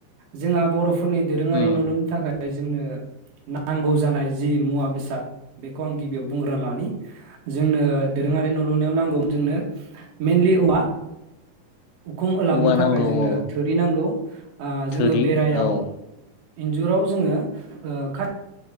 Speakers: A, on the right; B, on the left.
A: जोंहा बर'फोरनि दोरोङारि
B: उम
A: न' लुनो थाखाय य जोंनो नांगौ जानाय जि मुवा बेसाद बेखौ आं गिबियाव बुंग्रोना लानि जोंनो दोरोङारि न' लुनायाव नांगौ जोंनो मइेनलि औवा उखुम होलाबनो
B: औवा
A: थाखाय
B: नांगौ
A: जोंनो
B: औ
A: थोरि नांगौ आ
B: थोरि
A: जोङो बेरायाव
B: औ
A: इन्जुराव जोङो ओ खा